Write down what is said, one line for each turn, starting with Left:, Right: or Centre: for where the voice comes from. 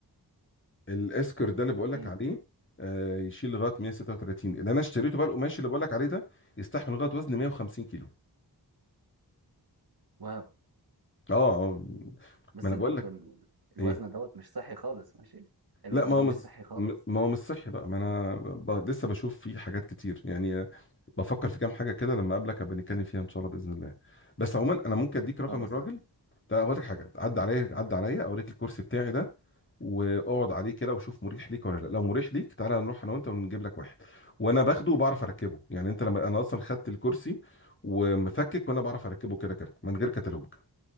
Left: الاسكر ده اللي بقول
Right: اكيد
Left: لك عليه آه، يشيل لغايه 136 اللي انا اشتريته بقى القماش اللي بقول لك عليه ده يستحمل لغايه وزن 150 كيلو
Right: واو
Left: اه اه
Right: بس
Left: ما انا
Right: برضه
Left: بقول لك
Right: ال- الوزن
Left: ايه
Right: دوت مش صحي خالص ماشي الوزن
Left: لا ما
Right: ده
Left: هو مش
Right: مش صحي خالص
Left: م- ما هو مش صحي بقى ما انا ب... لسه بشوف فيه حاجات كتير يعني آه، بفكر في كام حاجه كده لما اقابلك هبقى نتكلم فيها ان شاء الله باذن الله بس عموما انا ممكن اديك رقم
Right: خلاص
Left: الراجل
Right: تمام
Left: ده اقول لك حاجه عدى عليا عدى عليا اوريك الكرسي بتاعي ده واقعد عليه كده وشوف مريح ليك ولا لا لو مريح ليك تعالى نروح انا وانت ونجيب لك واحد وانا باخده وبعرف اركبه يعني انت لما انا اصلا خدت الكرسي ومفكك وانا بعرف اركبه كده كده من غير كتالوج